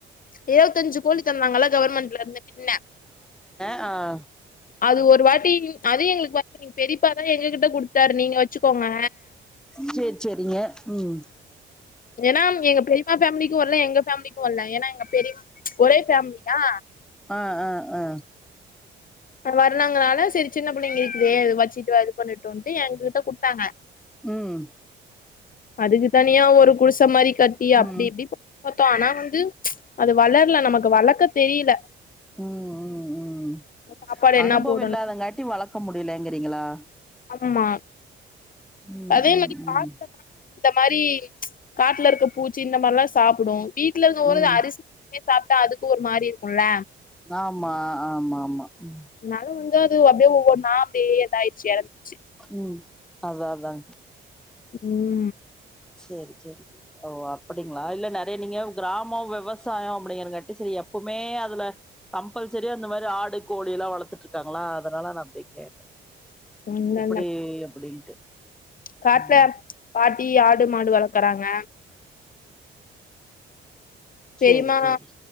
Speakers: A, on the left; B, in the centre.
A: இருவத்தஞ்சு கோழி தந்தாங்கள்ள கவர்மெண்ட்லருந்து மின்ன
B: அ
A: அது ஒரு வாட்டி அது எங்களுக்கு வந்து எங்க பெரியப்பாதா எங்ககிட்ட குடுத்தாரு நீங்க வச்சுக்கோங்க
B: சேர் சேரிங்க ம்
A: ஏனா எங்க பெரிப்பா ஃபேம்லிக்கும் வர்ல்ல எங்க ஃபேம்லிக்கும் வர்ல்ல ஏனா எங்க பெரி ஒரே ஃபேம்லிதா
B: அ அ அ
A: வர்ல்லங்கன்னால சேரி சின்ன புள்ளைங்க இருக்குதே அது வச்சிட்டு இது பண்ணுட்டுன்ட்டு எயங்கிட்ட குடுத்தாங்க
B: ம்
A: அதுக்கு தனியா ஒரு குடிச மாரி கட்டி
B: ம்
A: அப்டி இப்டி பாத்தோ ஆனா வந்து அது வளர்ல நமக்கு வளக்க தெரில
B: ம் ம் ம்
A: சாப்பாடு
B: அனுபவ
A: என்ன போடணு
B: இல்லாதங்காட்டி வளக்க முடியலங்கிறீங்ளா
A: ஆம்மா
B: ம்
A: அதே
B: ம்
A: மாரி
B: ம்
A: பாத்த இந்த மாரி காட்டுல இருக்க பூச்சி இந்த மாரிலா சாப்பிடு வீட்டுல இருந்து ஒரு
B: ம்
A: அரிசி சாப்ட்டா அதுக்கு ஒரு மாரி இருக்குல
B: ஆமா ஆமா ஆமா ம்
A: அதனால வந்து அது அப்டியே ஒவ்வொன்னா அப்டியே எதாயிடுச்சு இறந்துச்சு
B: ம் அதா அதா
A: ம்
B: சேரி சேரி சரி ஓ அப்டிங்களா இல்ல நிறைய நீங்க கிராமோ விவசாயோ அப்டிங்கறங்காட்டி சரி எப்பவுமே அதுல கம்பல்சரியா அந்த மாரி ஆடு கோழில்லா வளத்துட்டு இருக்காங்களா அதனால நா அப்டியே கேட்டே
A: இல்ல
B: எப்டி
A: இல்ல
B: அப்டின்ட்டு
A: காட்ல
B: ம்
A: பாட்டி ஆடு மாடு வளக்குறாங்க பெரிமா
B: சேரி சேரி